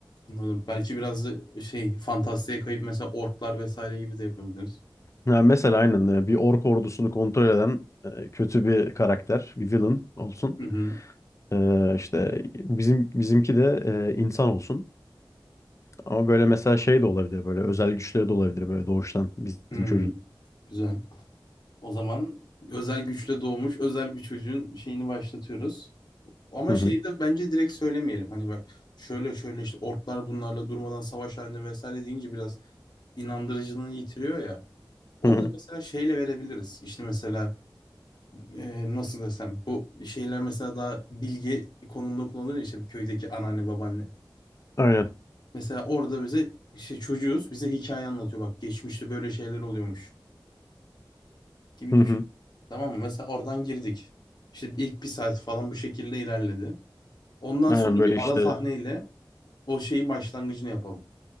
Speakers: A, on the left; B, on the left.
A: Anladım. Belki biraz da şey fantastiğe kayıp mesela orklar vesaire gibi de yapabiliriz.
B: Yani mesela aynen e, bir ork ordusunu kontrol eden e, kötü bir karakter, bir villain olsun.
A: Hı hı.
B: Ee, işte bizim bizimki de e, insan olsun. Ama böyle mesela şey de olabilir böyle özel güçleri de olabilir böyle doğuştan bizim
A: Hı.
B: çocuğun.
A: Güzel. O zaman özel güçle doğmuş özel bir çocuğun şeyini başlatıyoruz. Ama
B: Hı hı.
A: şeyi de bence direkt söylemeyelim. Hani bak şöyle şöyle işte orklar bunlarla durmadan savaş halinde vesaire deyince biraz inandırıcılığını yitiriyor ya. Orada
B: Hı hı.
A: mesela şeyle verebiliriz. İşte mesela e, nasıl desem bu şeyler mesela daha bilgi konumunda kullanılır ya işte bir köydeki anneanne babaanne.
B: Aynen.
A: Mesela orada bize işte çocuğuz bize hikaye anlatıyor bak geçmişte böyle şeyler oluyormuş gibi
B: Hı
A: düşün.
B: hı.
A: Tamam mı? Mesela oradan girdik. İşte ilk bir saat falan bu şekilde ilerledi. Ondan
B: Aynen
A: sonra bir
B: böyle
A: ara
B: işte
A: sahneyle o şeyin başlangıcını yapalım.